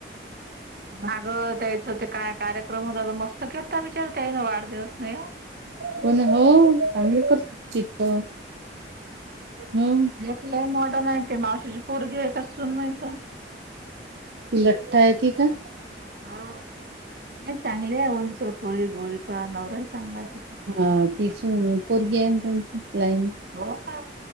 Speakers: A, on the right (about 55°); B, on the right (about 70°).
A: मागं त्यायचं ते काय छोट कार्यक्रम होताय मस्त केलाता बिचारतेई ना वाढदिवस नाये
B: कोण हो चांगली करते तिथ हो
A: तिले मॉर्डन आहे मावशीची पोरगी आहे कसुन माहिते
B: लठ्ठ आहे ती का
A: हो नाहचांगली आहे उंचपोळी गोळीपान नवरा चांगला आहे तिचा
B: ह तीच पोरगी आहे त्यांचीलाईन
A: हो का